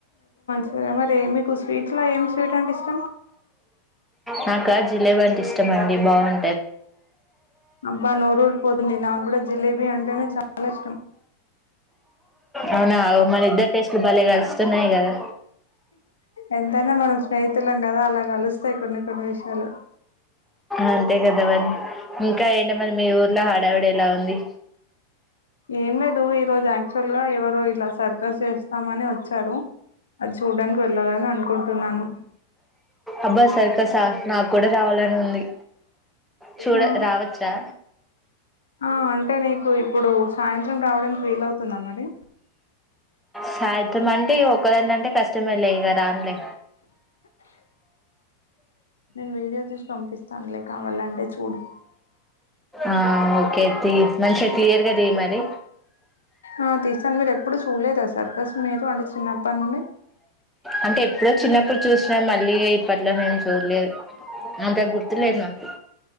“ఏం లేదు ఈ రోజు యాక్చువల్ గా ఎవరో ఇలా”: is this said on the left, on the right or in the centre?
Left